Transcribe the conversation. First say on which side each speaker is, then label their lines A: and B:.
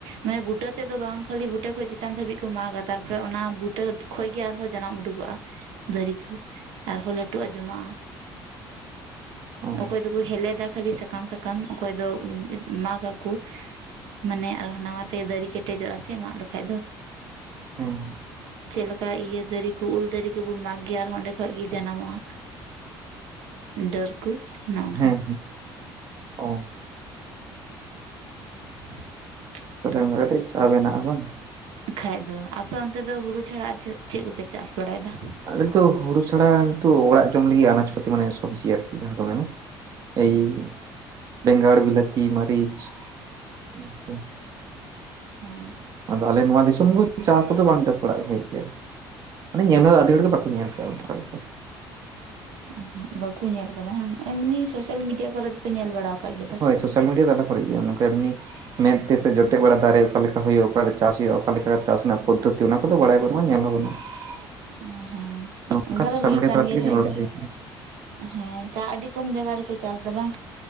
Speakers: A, on the right; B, on the right.
A: ᱢᱟᱱᱮ ᱵᱩᱴᱟᱹ ᱛᱮᱫ ᱫᱚ ᱵᱟᱝ ᱠᱷᱟᱹᱞᱤ ᱵᱩᱴᱟᱹ ᱠᱷᱚᱡ ᱪᱮᱛᱟᱱ ᱫᱷᱟᱹᱵᱤᱡ ᱠᱚ ᱢᱟᱜᱟ, ᱛᱟᱨᱯᱚᱨᱮ ᱚᱱᱟ ᱵᱩᱴᱟᱹ ᱠᱷᱚᱡ ᱜᱮ ᱟᱨᱦᱚᱸ ᱡᱟᱱᱟᱢ ᱩᱰᱩᱠᱚᱜᱼᱟ, ᱫᱟᱨᱤ ᱠᱚ ᱟᱨᱦᱚᱸ ᱞᱟᱹᱴᱩᱜ-ᱟ ᱡᱚᱢᱟᱜᱼᱟ᱾
B: ᱚ
A: ᱚᱠᱚᱭ ᱫᱚᱠᱚ ᱦᱮᱞᱮᱫᱟ ᱠᱷᱟᱹᱞᱤ ᱥᱟᱠᱟᱢ ᱥᱟᱠᱟᱢ ᱚᱠᱚᱭ ᱫᱚ ᱢᱟᱜᱽ ᱜᱟᱠᱚ᱾ ᱢᱟᱱᱮ ᱟᱨ ᱱᱟᱣᱟ ᱛᱮ ᱫᱟᱨᱤ ᱠᱮᱴᱮᱡᱚᱜᱼᱟ ᱥᱮ ᱢᱟᱜ ᱞᱮᱠᱷᱟᱡ ᱫᱚ᱾
B: ᱦᱮᱸ
A: ᱪᱮᱫ ᱞᱮᱠᱟ ᱤᱭᱟᱹ ᱫᱟᱨᱮ ᱠᱚ ᱩᱞ ᱫᱟᱨᱮ ᱠᱚᱵᱩᱱ ᱢᱟᱜᱽ ᱜᱮ ᱟᱨᱦᱚᱸ ᱚᱸᱰᱮ ᱠᱷᱚᱡ ᱜᱮ ᱡᱟᱱᱟᱢᱚᱜᱼᱟ, ᱰᱟᱹᱨ ᱠᱚ ᱚᱱᱮ ᱚᱱᱠᱟ᱾
B: ᱦᱮᱸ ᱦᱮᱸ ᱚ
A: <inaudible>
B: ᱛᱟᱦᱞᱮ ᱚᱱᱠᱟ ᱠᱟᱛᱮᱜ ᱪᱟ ᱵᱮᱱᱟᱜᱼᱟ ᱵᱟᱝ?
A: ᱠᱷᱟᱡ ᱫᱚ᱾ ᱟᱯᱮ ᱚᱱᱛᱮ ᱫᱚ ᱦᱩᱲᱩ ᱪᱷᱟᱲᱟ ᱟᱨ ᱪᱮᱫ, ᱪᱮᱫ ᱠᱚᱯᱮ ᱪᱟᱥ ᱵᱟᱲᱟᱭ ᱫᱟ?
B: ᱟᱞᱮ ᱫᱚ ᱦᱩᱲᱩ ᱪᱷᱟᱲᱟ ᱱᱤᱛᱚᱜ ᱚᱲᱟᱜ ᱡᱚᱢ ᱞᱟᱹᱜᱤᱫ ᱟᱱᱟᱪ-ᱯᱟᱛᱤ ᱢᱟᱱᱮ ᱥᱚᱵᱽᱡᱤ ᱟᱨᱠᱤ ᱡᱟᱦᱟᱸ ᱠᱚ ᱢᱮᱱᱟ᱾ ᱮᱭᱤ
A: ᱚ
B: ᱵᱮᱸᱜᱟᱲ, ᱵᱤᱞᱟᱹᱛᱤ, ᱢᱟᱹᱨᱤᱪ, ᱩᱱᱟᱹ ᱠᱚᱜᱮ ᱾
A: ᱦᱚᱸ᱾
B: ᱟᱫᱚ ᱟᱞᱮ ᱱᱚᱣᱟ ᱫᱤᱥᱚᱢ ᱫᱚ ᱪᱟ ᱠᱚᱫᱚ ᱵᱟᱝ ᱪᱟᱥ ᱵᱟᱲᱟᱜ ᱦᱩᱭᱩᱜ ᱜᱮᱭᱟ᱾ ᱢᱟᱱᱮ ᱧᱮᱞ ᱦᱚᱸ ᱟᱹᱰᱤ ᱦᱚᱲ ᱜᱮ ᱵᱟᱠᱚ ᱧᱮᱞ ᱠᱟᱜᱼᱟ ᱚᱱᱠᱟ ᱵᱮᱯᱟᱨ ᱾
A: ᱩᱦᱩᱸᱜ ᱵᱟᱠᱚ ᱧᱮᱞ ᱠᱟᱫᱟ ᱦᱟᱝ, ᱮᱢᱱᱤ ᱥᱳᱥᱟᱞ ᱢᱤᱰᱤᱭᱟ ᱠᱚᱨᱮ ᱯᱮ ᱧᱮᱞ ᱵᱟᱲᱟᱣ ᱠᱟᱜ ᱜᱮᱭᱟ ᱯᱟᱥᱮᱫ?
B: ᱦᱳᱭ ᱥᱳᱥᱟᱞ ᱢᱤᱰᱤᱭᱟ ᱛᱟᱞᱟ ᱠᱚᱨᱮᱜ ᱜᱮ, ᱱᱚᱝᱠᱟ ᱮᱢᱱᱤ ᱢᱮᱫᱛᱮ ᱥᱮ ᱡᱚᱴᱮᱜ ᱵᱟᱲᱟ ᱫᱟᱨᱮ᱾ ᱚᱠᱟ ᱞᱮᱠᱟ ᱦᱩᱭᱩᱜᱼᱟ, ᱚᱠᱟᱨᱮ ᱪᱟᱥ ᱦᱩᱭᱩᱜᱼᱟ, ᱚᱠᱟᱞᱮᱠᱟ ᱪᱟᱥ ᱨᱮᱱᱟᱜ ᱯᱚᱫᱫᱷᱚᱛᱤ ᱚᱱᱟ ᱠᱚᱫᱚ ᱵᱟᱲᱟᱭ ᱵᱟᱱᱩᱜᱼᱟ ᱧᱮᱞ ᱦᱚᱸ ᱵᱟᱱᱩᱜᱼᱟ
A: ᱦᱮᱸ
B: ᱾ ᱱᱚᱝᱠᱟ
A: ᱚᱱᱠᱟ
B: ᱥᱳᱥᱟᱞ
A: ᱫᱚ ᱦᱩᱭᱩᱜ
B: ᱢᱤᱰᱤᱭᱟ
A: ᱠᱟᱱ
B: ᱛᱟᱞᱟ
A: ᱜᱮᱭᱟ
B: ᱛᱮᱜᱮ ᱧᱮᱞ
A: ᱪᱮᱫᱟᱜ ᱡᱮ
B: ᱦᱩᱭ ᱠᱟᱱᱟ᱾
A: ᱦᱮᱸ ᱪᱟ ᱟᱹᱰᱤ ᱠᱚᱢ ᱡᱟᱭᱜᱟ ᱨᱮᱠᱚ ᱪᱟᱥ ᱫᱟ ᱵᱟᱝ?